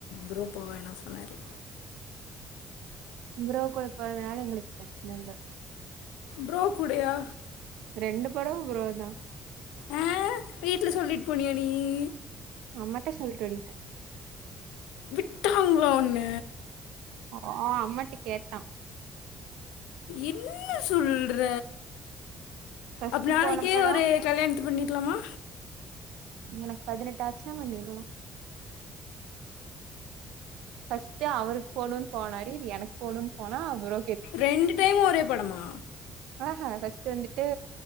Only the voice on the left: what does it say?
ப்ரோ போ வேனான்னு சொன்னாரு
ப்ரோ கூடையா
ஆ வீட்டுல சொல்லிட்டு போனிய நீயு
விட்டாங்களா உன்ன
என்ன சொல்ற
அப்ப நாளைக்கே
ஒரு கல்யாண த்து பண்ணிடலாமா
ரெண்டு டைம் ஒரே படமா